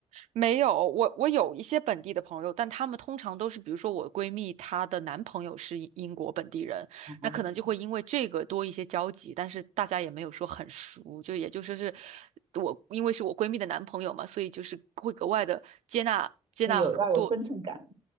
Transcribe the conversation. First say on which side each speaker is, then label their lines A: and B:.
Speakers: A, on the right; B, on the right.
A: 没有，我我有一些本地的朋友，但他们通常都是，比如说我闺蜜，她的男朋友是英英国本地人，
B: 哦，
A: 那可能就会因为这个多一些交集，但是大家也没有说很熟，就也就说是我因为是我闺蜜的男朋友嘛，所以就是会格外的接纳接纳多，
B: 那有要有分寸感